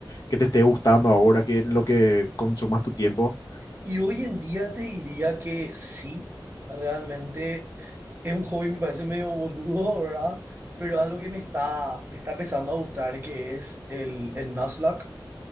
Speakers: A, on the left; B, on the right.
A: que te esté gustando ahora, que en lo que consumas tu tiempo.
B: Y hoy en día te diría que sí, realmente es un hobby, me parece medio boludo, ¿verdad? Pero algo que me está, me está empezando a gustar, que es el, el Nuzlocke.